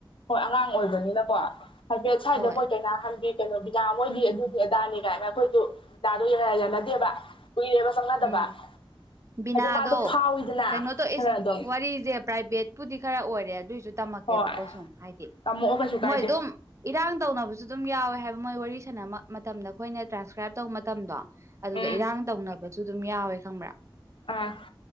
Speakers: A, on the left; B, on the right.
A: ꯍꯣꯏ ꯑꯉꯥꯡ ꯑꯣꯏꯕꯅꯤꯅꯀꯣ ꯍꯥꯏꯐꯦꯠ ꯁ꯭ꯋꯥꯏꯗ
B: ꯍꯣꯏ
A: ꯀꯩꯅꯅꯥ ꯍꯟꯕꯤ ꯀꯩꯅꯣ ꯕꯤꯅꯥ ꯃꯣꯏꯗꯤ ꯑꯗꯨꯗꯤ ꯑꯗꯥꯅꯤ ꯀꯥꯏꯅ ꯑꯩꯈꯣꯏꯗ ꯅꯥꯔꯨ ꯌꯦ ꯍꯥꯏꯒ ꯅꯗꯦꯕ ꯀꯨꯏꯔꯦꯕ ꯆꯪꯅꯗꯕ
B: ꯎꯝ ꯕꯤꯅꯥꯗꯣ
A: ꯍꯥꯏꯗꯤ ꯃꯥꯗꯣ ꯐꯥꯎꯋꯤꯗꯅ
B: ꯀꯩꯅꯣꯗꯣ
A: ꯈꯔ
B: ꯏꯁ
A: ꯑꯗꯨꯝ
B: ꯋꯥꯔꯤꯁꯦ ꯄ꯭ꯔꯥꯏꯚꯦꯠ ꯄꯨꯨꯗꯤ ꯈꯔ ꯑꯣꯏꯔꯦ ꯑꯗꯨꯑꯣꯏꯁꯨ ꯇꯝꯃꯛꯀꯦꯕꯀꯣ
A: ꯍꯣꯏ
B: ꯁꯨꯝ ꯍꯥꯏꯗꯤ
A: ꯇꯝꯃꯛꯑꯣ ꯀꯩꯁꯨ ꯀꯥꯏꯗꯦ
B: ꯃꯣꯏ ꯑꯗꯨꯝ ꯏꯔꯥꯡ ꯇꯧꯅꯕꯁꯨ ꯑꯗꯨꯝ ꯌꯥꯎꯋꯦ ꯍꯥꯏꯕ ꯃꯣꯏ ꯋꯥꯔꯤ ꯁꯥꯟꯅꯕ ꯃꯇꯝꯗ ꯑꯩꯈꯣꯏꯅ ꯇ꯭ꯔꯥꯟꯁꯀ꯭ꯔꯥꯏꯞ ꯇꯧꯕ ꯃꯇꯝꯗꯣ ꯑꯗꯨꯗ
A: ꯎꯝ
B: ꯏꯔꯥꯡ ꯇꯧꯅꯕꯁꯨ ꯑꯗꯨꯝ ꯌꯥꯎꯋꯦ ꯈꯪꯕ꯭ꯔꯥ
A: ꯑꯥ